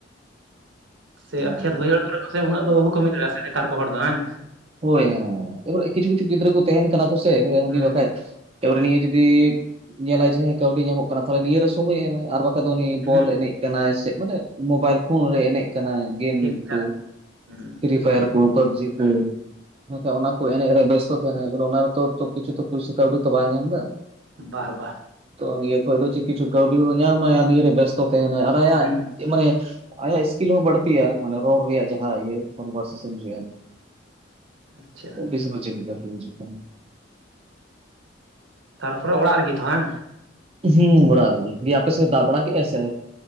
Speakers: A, on the right; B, on the right.
A: ᱥᱮ
B: ᱚᱱᱟᱜᱮ
A: ᱠᱷᱮᱛ ᱵᱟᱹᱭᱦᱟᱹᱲ ᱠᱚᱨᱮ ᱠᱚ ᱥᱮ ᱩᱱᱟᱹᱜ ᱫᱚ ᱵᱟᱵᱚᱱ ᱠᱟᱹᱢᱤ ᱫᱟᱲᱮᱭᱟᱜᱼᱟ ᱥᱮ ᱱᱮᱛᱟᱨ ᱠᱚ ᱦᱚᱲ ᱫᱚ ᱟᱝ ᱾
B: ᱦᱳᱭ ᱦᱮᱸ, ᱠᱤᱪᱷᱩ ᱠᱤᱪᱷᱩ ᱜᱤᱫᱽᱨᱟᱹ ᱠᱚ ᱛᱟᱦᱮᱱ ᱠᱟᱱᱟ ᱠᱚ ᱥᱮ ᱦᱟᱱᱤ
A: ᱦᱩᱸ
B: ᱵᱟᱠᱷᱟᱭᱼᱼ ᱮ ᱯᱚᱨᱮ ᱱᱤᱭᱟᱹ ᱡᱩᱫᱤ ᱧᱮᱞᱟᱭ ᱡᱟᱦᱟᱸᱭ ᱠᱟᱹᱣᱰᱤ ᱧᱟᱢᱚᱜ ᱠᱟᱱᱟ ᱛᱟᱦᱚᱞᱮ ᱱᱤᱭᱟᱹᱟᱹᱨᱮ ᱥᱚᱢᱚᱭ ᱮᱢᱟᱭ ᱟᱨ ᱵᱟᱝᱼᱼ ᱚᱠᱟ ᱫᱚ ᱩᱱᱤ ᱵᱚᱞ
A: ᱦᱩᱸ
B: ᱮᱱᱮᱡ ᱠᱟᱱᱟᱭ ᱥᱮ ᱢᱟᱱᱮ, ᱢᱳᱵᱟᱭᱤᱞ ᱯᱷᱳᱱ ᱨᱮ ᱮᱱᱮᱡᱼᱼ ᱠᱟᱱᱟᱭ ᱜᱮᱢ
A: ᱯᱷᱤᱞᱴᱟᱨ
B: ᱠᱚ
A: ᱦᱩᱸ
B: ᱯᱷᱤᱨᱤ ᱯᱷᱟᱭᱟᱨ ᱠᱚ ᱯᱟᱵᱽᱡᱤ ᱠᱚ
A: ᱦᱩᱸ
B: ᱾ ᱦᱮᱸ ᱛᱚ ᱚᱱᱟ ᱠᱚ ᱮᱱᱮᱡ ᱨᱮ ᱵᱮᱥᱛᱚ ᱛᱟᱦᱮᱱᱟᱭ ᱟᱜᱟᱨ ᱚᱱᱟ ᱨᱮᱛᱚ ᱛᱚ ᱠᱪᱷᱩ ᱛᱚ ᱯᱩᱭᱥᱟᱹ ᱠᱟᱹᱣᱰᱤ ᱛᱚ ᱵᱟᱭ ᱧᱟᱢ ᱮᱫᱟ ᱾
A: ᱵᱟᱦ - ᱵᱟᱦ ᱾
B: ᱛᱚ ᱱᱤᱭᱟᱹ ᱠᱷᱚᱱ ᱫᱚ ᱪᱮᱫ ᱠᱤᱪᱷᱩ ᱠᱟᱹᱣᱰᱤ ᱦᱚᱸ ᱧᱟᱢᱟᱭ ᱟᱨ ᱱᱤᱭᱟᱹ ᱨᱮ ᱵᱮᱥᱛᱚ ᱛᱟᱦᱮᱱᱟ ᱟᱨ ᱟᱭᱟᱜᱼᱼ
A: ᱦᱩᱸ
B: ᱪᱮᱫ ᱢᱟᱱᱮ, ᱟᱭᱟᱜ ᱥᱠᱤᱞ ᱦᱚᱸ ᱵᱟᱹᱲᱛᱤᱜ-ᱟ ᱢᱟᱱᱮ ᱨᱚᱲ ᱨᱮᱭᱟᱜ ᱡᱟᱦᱟᱸ ᱤᱭᱟᱹ ᱠᱚᱱᱵᱷᱟᱨ ᱥᱮᱥᱚᱱ ᱨᱮᱭᱟᱜ ᱾
A: ᱟᱪᱪᱷᱟ
B: ᱛᱚ ᱵᱤᱥ ᱯᱟᱪᱤᱥ ᱵᱟᱜᱷᱟ ᱜᱮ ᱵᱩᱡᱷᱟᱹᱜ ᱠᱟᱱᱟ᱾
A: ᱛᱟᱨᱯᱚᱨᱮ ᱚᱲᱟᱜ ᱨᱮᱜᱮ ᱛᱚ ᱵᱟᱝ ᱾
B: ᱦᱩᱸ ᱚᱲᱟᱜ ᱨᱮᱜᱮ ᱤᱭᱟ. ᱟᱯᱮ ᱥᱮᱫ ᱫᱟᱜ ᱵᱟᱲᱟ ᱠᱮᱜ-ᱟ ᱥᱮ